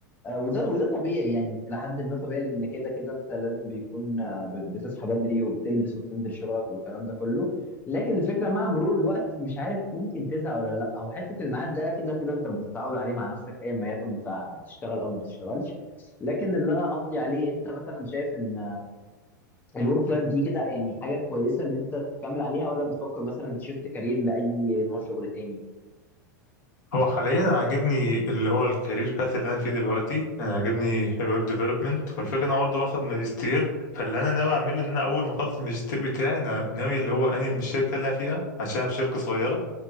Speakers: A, on the left (about 20°); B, on the left (about 70°).
A: آه، وده وده طبيعي يعني الى حد ما طبيعي لان كده كده انت لازم بيكون آه، ب- بتصحى بدري وبتلبس وبتنزل شغلك والكلام ده كله لكن الفكره مع مرور الوقت مش عارف ممكن تزهق ولا لا او حته الميعاد ده كده كده انت بتتعود عليه مع نفسك ايا ما يكن انت بتشتغل او ما بتشتغلش لكن اللي انا قصدي عليه انت مثلا شايف ان الورك لايف دي كده يعني حاجه كويسه ان انت تكمل عليها ولا بتفكر مثلا تشفت كارير لاي نوع شغل تاني
B: هو حاليا عاجبني اللي هو الكارير باث اللي انا فيه دلوقتي انا عاجبني الويب ديفلوبمنت والفكره ان انا برضه باخد ماجستير فاللي انا ناوي اعمله ان انا اول ما اخلص الماجستير بتاعي انا ناوي اللي هو انقل من الشركه اللي انا فيها عشان أنا في شركه صغيره